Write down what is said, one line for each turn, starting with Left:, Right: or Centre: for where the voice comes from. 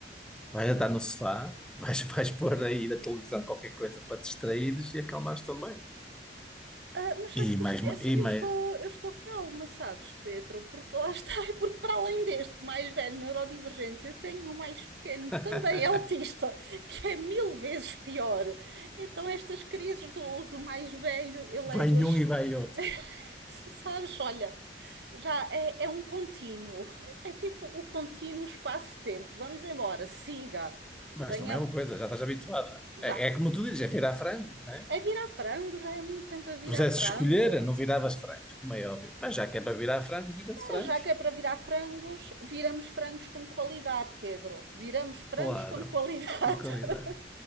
Centre: Vais deitar no sofá. Vais, <laughs> vais pôr aí na televisão qualquer coisa para te distraíres e acalmares também.
Right: Ah, mas sabes
Centre: E
Right: que eu,
Centre: mais,
Right: eu
Centre: ma- e
Right: eu estou,
Centre: mais.
Right: eu estou calma, sabes, Pedro? Porque lá está, <laughs> e porque para além deste mais velho neurodivergente, eu tenho um mais pequeno,
Centre: <laughs>
Right: também autista, que é mil vezes pior. Então estas crises do, do mais velho eu levo-as.
Centre: Vai um e vai outro.
Right: <laughs> Sabes, olha, já é, é um contínuo. É tipo o contínuo espaço-tempo. Vamos embora, siga,
Centre: Mas
Right: venha
Centre: também é uma coisa, já estás habituada.
Right: já.
Centre: É, é como tu dizes, é virar frango, não é?
Right: É virar frango, já é muito tempo a virar
Centre: Se Pusesse
Right: frango.
Centre: escolher, não viravas frangos, como é óbvio. Mas já que é para virar frangos, vira-se
Right: Ah,
Centre: frangos.
Right: Já que é para virar frangos, viramos frangos com qualidade, Pedro. Viramos frangos
Centre: Claro,
Right: com qualidade.
Centre: com qualidade.
Right: <laughs>